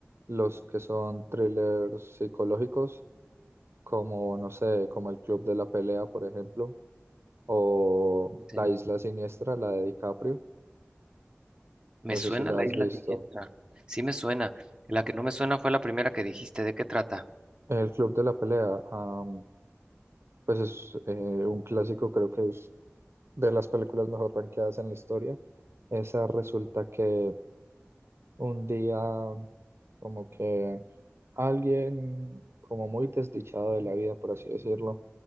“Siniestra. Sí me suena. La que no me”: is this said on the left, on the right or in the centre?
Right